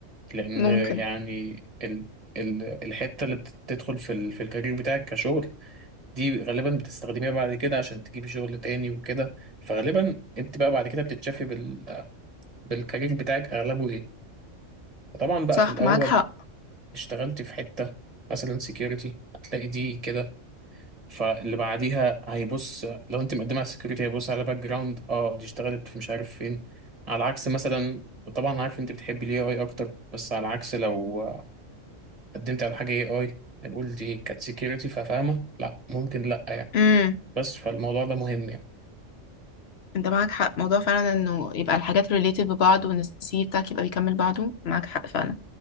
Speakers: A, on the right (about 30°); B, on the left (about 60°).
A: لان
B: ممكن
A: يعني ال ال الحتة اللي بتدخل في ال في الكارير بتاعك كشغل دي غالبا بتستخدميها بعد كده عشان تجيبي شغل تاني وكده فغالبا انت بقى بعد كده بتتشافي بال بالكارير بتاعك اغلبه ايه طبعا بقى
B: صح
A: في الاول
B: معاك حق
A: اشتغلتي في حتة مثلا سكيورتي هتلاقي دي كده فاللي بعديها هيبص لو انت مقدمه على السكيورتي هيبص على باك جراوند اه دي اشتغلت في مش عارف فين على عكس مثلا طبعا عارف انت بتحبي الاي اي اكتر بس على عكس لو آه، قدمت على حاجه اي اي هيقول دي كانت سكيورتي ففاهمه لا ممكن لا يعني
B: <laughs> امم
A: بس فالموضوع ده مهم يعني
B: انت معاك حق موضوع فعلا انه يبقى الحاجات related ببعض وان السي في بتاعك يبقى بيكمل بعضه معاك حق فعلا